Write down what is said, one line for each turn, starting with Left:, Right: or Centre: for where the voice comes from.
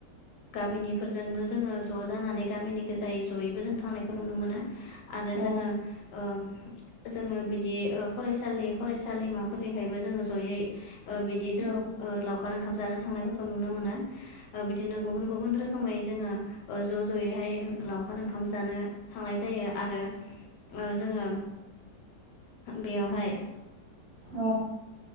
Left: गामिनिफोरजोंनो जोङो ज' जानानै गामिनि गोजायै ज'यैबो जों थानायखौ नुनो मोनो आरो
Right: औ
Left: जोङो ओ जोङो बिदि फरायसालि फरायसालिमाफोरनिफ्रायबो जोङो जयै ओ बिदिनो
Right: औ
Left: ओ लाव लावखार ओंखाम जानो थांनायफोरखौ नुनो मोनो ओ बिदिनो गुबुन गुबुन रोखोम रोखोमै जोङो ओ ज' ज'यैहाय लावखार ओंखाम जानो थांनाय जायो आरो ओ जोङो बेयावहाय
Right: औ